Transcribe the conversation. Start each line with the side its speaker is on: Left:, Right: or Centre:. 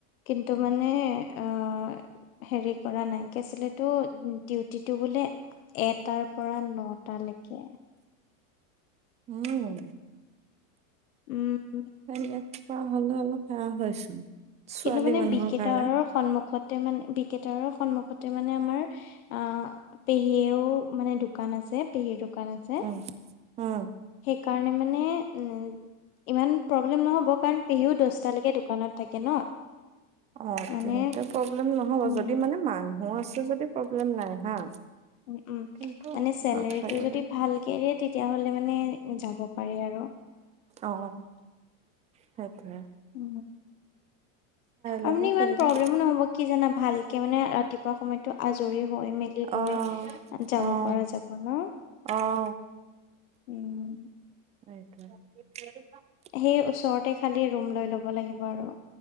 Left: কিন্তু মানে অ' হেৰী কৰা নাইকি আছিলএইটো ডিউটি টো বোলে এটাৰ পৰা নটা লেকে।
Right: উম,
Left: উম,
Right: এনেকোৱা হ'লে অলপ সেয়া হৈচো ছোৱালী
Left: কিন্তু মানে
Right: মানুহৰ
Left: বি কে
Right: কাৰণে।
Left: টাৱাৰৰ সন্মুখতে মানে বিকেটাৰৰ সন্মুখতে মানে আমাৰ অ' পেহীয়েও মানে দোকান আছে, পেহীৰ দোকান আছে।
Right: উম উম
Left: সেইকাৰণে মানে উম ইমান প্ৰব্লেম নহ'ব, কাৰণ পেহিও দহটালৈকে দোকানত থাকে ন।
Right: অ'
Left: মানে
Right: তেন্তে প্ৰব্লেম নহ'ব।
Left: উম
Right: যদি মানে মানুহ আছে যদি প্ৰব্লেম নাই হা'।
Left: উম,
Right: কিন্তু
Left: মানে চেলাৰী
Right: নাথাকিলে
Left: টো যদি ভালকে দিয়ে তেতিয়াহ'লে মানে যাব পাৰি আৰু।
Right: অ' সেইটোয়ে।
Left: উ,
Right: ল'ব
Left: আৰু মানে ইমান
Right: পাৰিবা
Left: প্ৰব্লেমো নহ'ব। কি জান, ভালকে মানে ৰাতিপুৱা সময়ত টো আজৰি হৈ মেলি
Right: অ',
Left: লৈ যাব
Right: অ',
Left: পৰা যাব ন।
Right: অ'
Left: উম
Right: এইটোৱেই
Left: সেই ওচৰতে খালি ৰুম লৈ ল'ব লাগিব আৰু।